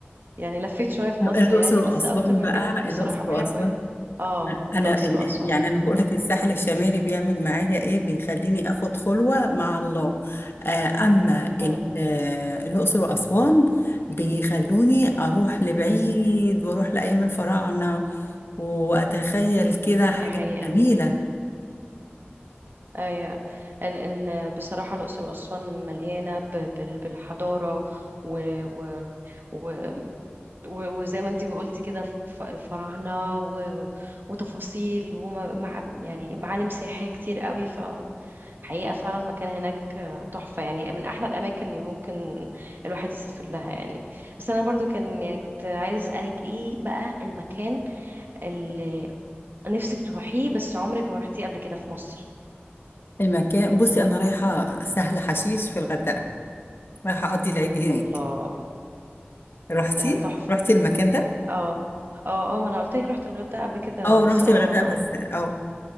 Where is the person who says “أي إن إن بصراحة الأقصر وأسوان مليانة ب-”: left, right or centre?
Right